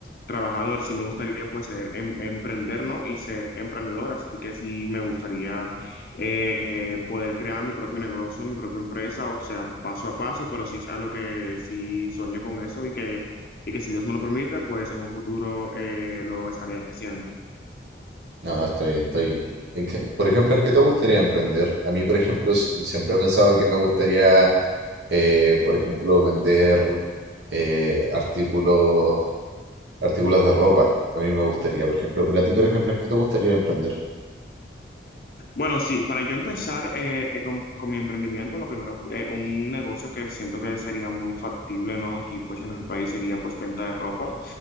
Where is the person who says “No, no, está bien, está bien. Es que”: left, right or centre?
Right